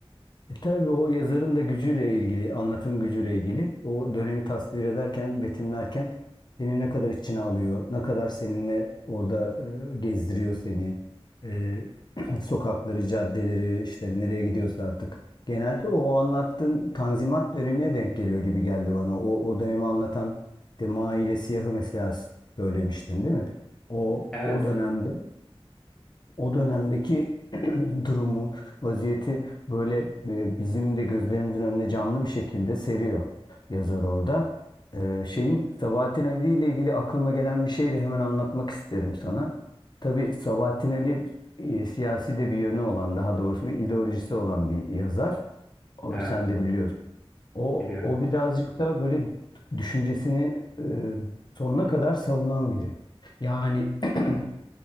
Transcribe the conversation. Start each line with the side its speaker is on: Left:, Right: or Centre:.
Left: E tabii o yazarın da gücüyle ilgili, anlatım gücüyle ilgili. O dönemi tasvir ederken, betimlerken seni ne kadar içine alıyor, ne kadar seninle orada e, gezdiriyor seni. E, <clears throat> sokakları, caddeleri, işte nereye gidiyorsa artık. Genelde o, o anlattığın Tanzimat dönemine denk geliyor gibi geldi bana. O, o dönemi anlatan işte Maile Siyah'ı mesela söylemiştin değil mi? O,
Centre: Evet,
Left: o dönemde o dönemdeki <clears throat> <laughs> durumu, vaziyeti böyle e, bizim de gözlerimizin önüne canlı bir şekilde seriyor yazar orada. E, şeyin Sabahattin Ali ile ilgili aklıma gelen bir şey de hemen anlatmak isterim sana. Tabii Sabahattin Ali e, siyasi de bir yönü olan, daha doğrusu bir ideolojisi olan bir yazar. O,
Centre: evet
Left: sen de biliyorsun. O,
Centre: biliyorum.
Left: o birazcık da böyle düşüncesini e, sonuna kadar savunan biri. Yani <clears throat>